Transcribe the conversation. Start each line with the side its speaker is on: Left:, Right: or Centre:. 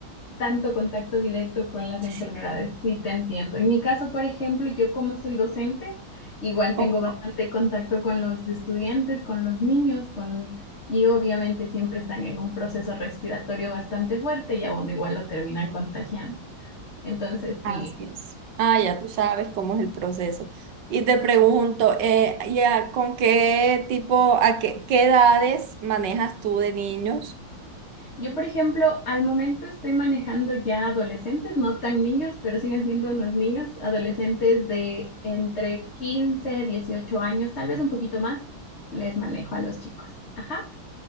Left: tanto contacto directo con las
Right: Sí.
Left: enfermedades, sí te entiendo. En mi caso, por ejemplo, yo como soy docente, igual tengo
Right: Oh,
Left: bastante contacto con los estudiantes, con los niños, con y obviamente siempre están en un proceso respiratorio bastante fuerte y a uno igual lo terminan contagiando. Entonces, sí.
Right: Así es. Ah, ya tú sabes cómo es el proceso. Y te pregunto, eh, ya, ¿con qué tipo, a qué, qué edades manejas tú de niños?
Left: Yo, por ejemplo, al momento estoy manejando ya adolescentes, no tan niños, pero siguen siendo unos niños, adolescentes de entre 15, 18 años, tal vez un poquito más, les manejo a los chicos. Ajá,